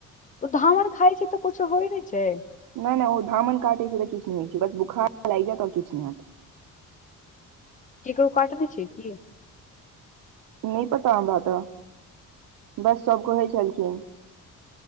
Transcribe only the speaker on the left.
तब धामन खाइ छै तऽ कुछो होइ नयि छै
केकरो काटने छै की